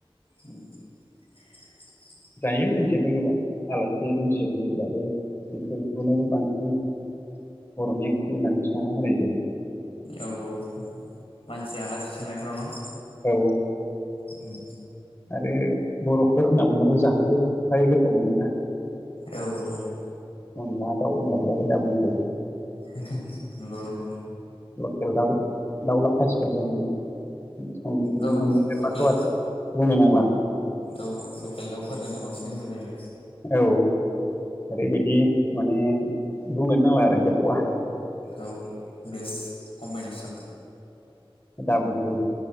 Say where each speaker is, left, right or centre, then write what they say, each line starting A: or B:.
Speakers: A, on the left; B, on the left.
A: उम <inaudible>
B: जायो जोंथिंबो गोबां आलासि दुमसि फैयोब्लाबो बेफोरखौनो बांसिन बर'नि ओंख्रि होननानै संना होनाय जायो।
A: औ औ मानसि आलासि सोंनायफोराव न'
B: औ औ
A: उम
B: आरो बर'फोर होनना बुङोबा जानोबो फ्राय गोथाव मोनोना
A: औ औ
B: अनला दाउ <unintelligible> दा बुंसै
A: <unintelligible> नंगौ नंगौ
B: लकेल दाउ दाउला खासिफोरजों संनो
A: औ
B: मोनदेरबाथ'
A: औ लकेल
B: आरो बुंनो नांला
A: औ लकेल दाउफोरजोंनो बांसिन गोेथाव जायो।
B: औ ओरैबायदि माने बुंनोनो नांला आरो गोथावा
A: औ बेस्ट कम्बिनेसन
B: दाबुंसै